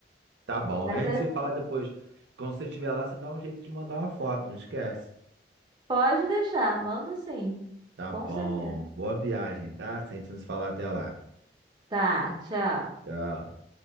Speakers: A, on the right; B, on the right.
A: Tá bom.
B: Mas
A: A gente
B: é-
A: se fala depois. Quando você estiver lá, você dá um jeito de mandar uma foto, não esquece.
B: pode deixar, mando sim.
A: Tá
B: Com
A: bom.
B: certeza.
A: Boa viagem, tá? Se a gente não se falar até lá.
B: Tá, tchau.
A: Tchau.